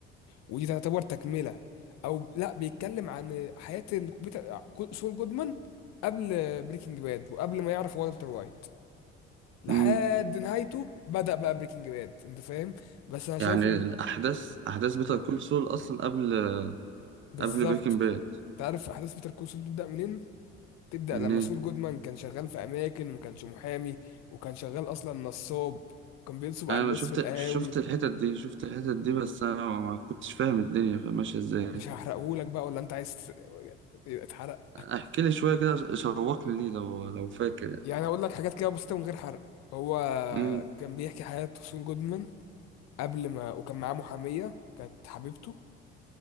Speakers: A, on the left (about 55°); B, on the right (about 35°).
A: ودي تعتبر تكملة او لا بيتكلم عن حياة ال- بيتر... كول- سول جودمان قبل بريكنج باد وقبل ما يعرف والتر وايت لحد
B: امم
A: نهايته بدأ بقى بريكنج باد انت فاهم بس انا شايف
B: يعني
A: ان
B: الاحداث احداث بيتر كول سول اصلا قبل
A: بالظبط
B: قبل بريكنج باد
A: تعرف احداث بيتر كول سول تبدأ منين تبدأ
B: من
A: لما
B: ايه
A: سول جودمان كان شغال في اماكن وما كانش محامي وكان شغال اصلا نصاب وكان بينصب
B: انا
A: على الناس
B: شفت
A: في القهاوي
B: شفت الحتت دي شفت الحتت دي بس انا ما كنتش فاهم الدنيا ماشيه ازاي
A: مش هحرقهولك بقى ولا انت عايز تس- اتحرق
B: احكي لي شويه كده شوقني ليه لو لو فاكر يعني
A: يعني هقول لك حاجات كده بسيطه من غير حرق هو
B: امم
A: كان بيحكي حياه سول جودمان قبل ما وكان معاه محاميه كانت حبيبته